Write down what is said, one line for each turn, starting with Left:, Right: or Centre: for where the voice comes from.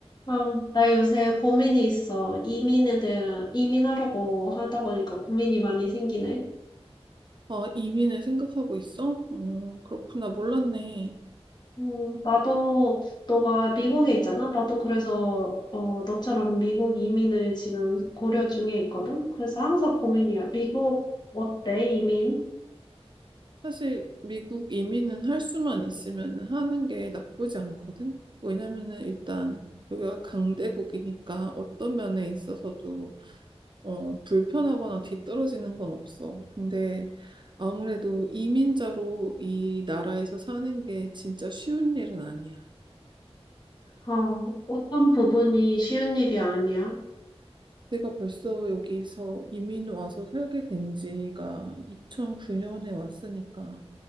Left: 아, 나 요새 고민이 있어. 이민에 대한, 이민하려고 하다 보니까 고민이 많이 생기네.
Right: 아, 이민을 생각하고 있어? 어, 그렇구나. 몰랐네.
Left: 음, 나도, 너가 미국에 있잖아? 나도 그래서, 어, 너처럼 미국 이민을 지금 고려 중에 있거든? 그래서 항상 고민이야. 미국, 어때, 이민?
Right: 사실 미국 이민은 할 수만 있으면은 하는 게 나쁘지 않거든. 왜냐면은 일단 여기가 강대국이니까 어떤 면에 있어서도 어, 불편하거나 뒤떨어지는 건 없어. 근데 아무래도 이민자로 이 나라에서 사는 게 진짜 쉬운 일은 아니야.
Left: 어, 어떤 부분이 쉬운 일이 아니야?
Right: 내가 벌써 여기서 이민 와서 살게 된 지가 2009년에 왔으니까